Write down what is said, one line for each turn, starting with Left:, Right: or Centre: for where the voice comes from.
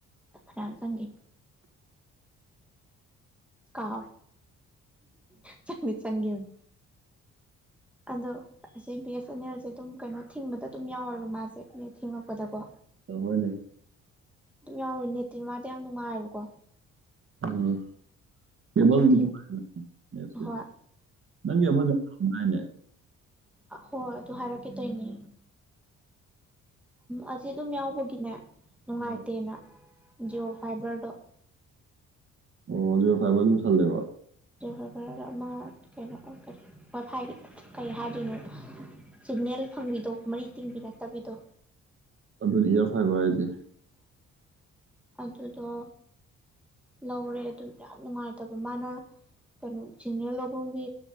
Centre: ꯈꯔꯝ ꯆꯪꯒꯦ ꯀꯥꯦ ꯆꯪꯅꯤ ꯆꯥꯡ ꯍꯧ ꯑꯗꯣ ꯑꯁꯤ ꯕꯤ ꯑꯦꯁ ꯑꯦꯟ ꯑꯦꯜꯁꯦ ꯑꯗꯨꯝ ꯀꯩꯅꯣ ꯊꯤꯡꯕꯗ ꯑꯗꯨꯝ ꯌꯥꯎꯋꯦꯕ ꯃꯥꯁꯦ ꯊꯦꯡꯉꯛꯄꯗꯀꯣ
Right: ꯍꯣꯏꯅꯦ
Centre: ꯑꯗꯨꯝ ꯌꯥꯎꯔꯦ ꯦꯇꯤꯃꯥꯗ ꯌꯥꯝ ꯅꯨꯡꯉꯥꯏꯕꯀꯣ
Right: ꯎꯝ ꯀꯦꯕꯜꯁꯦ
Centre: ꯑꯗꯨ ꯊꯤꯡ ꯍꯣꯏ
Right: ꯅꯪꯒꯤ ꯑꯃꯏꯅꯦ
Centre: ꯑ ꯍꯣꯏ ꯑꯗꯨ ꯍꯥꯏꯔꯛꯀꯦꯗꯣꯏꯅꯤ ꯑꯁꯤ ꯑꯗꯨꯝ ꯌꯥꯎꯕꯒꯤꯅꯦ ꯅꯨꯡꯉꯥꯏꯇꯦꯅ
Right: ꯑ
Centre: ꯖꯤꯑꯣ ꯐꯥꯏꯕꯔꯗꯣ
Right: ꯑꯣ ꯐ ꯃꯁꯜꯂꯦ
Centre: ꯒꯕꯔ ꯑꯃ ꯀꯩꯅꯣ ꯀ ꯍꯥꯏ ꯀꯩꯅꯣ ꯁꯤꯒꯅꯦꯜ ꯐꯪꯕꯤꯗꯣ ꯃꯔꯤ ꯇꯤꯡꯕꯤ ꯅꯛꯇꯕꯤꯗꯣ
Right: ꯑꯗꯨꯅ ꯏꯌꯥꯔ ꯐꯥꯏꯚ ꯍꯥꯏꯁꯦ
Centre: ꯑꯗꯨꯗꯣ ꯂꯧꯔꯦ ꯑꯗꯨ ꯌꯥꯝ ꯅꯨꯡꯉꯥꯏꯇꯕ ꯃꯥꯅ ꯀꯩꯅꯣ ꯁꯤꯡꯅꯦ ꯂꯐꯝꯒꯤ